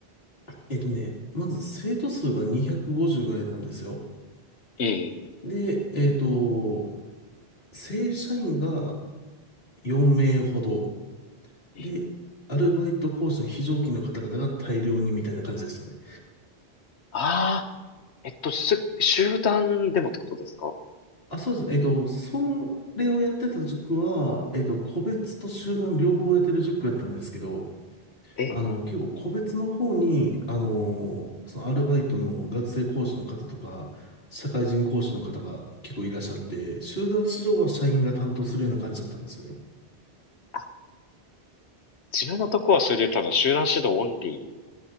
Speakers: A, on the left; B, on the left.
A: えっとね、まず生徒数が250ぐらいなんですよ。
B: ええ、
A: で、えっと、正社員が4名ほど。
B: ええ。
A: で、アルバイトコースの非常勤の方々が大量にみたいな感じでしたね。
B: ああ。えっと、す、集団でもってことですか
A: あ、そうですね。えっと、その例をやってた塾は、えっと、個別と集団両方やってる塾だったんですけど、
B: ええ
A: あの、結構個別の方に、あの、そのアルバイトの学生講師の方とか、社会人講師の方が結構いらっしゃって、集団指導は社員が担当するような感じだったんですよね。
B: あ、自分のとこはそれで多分集団指導オンリー。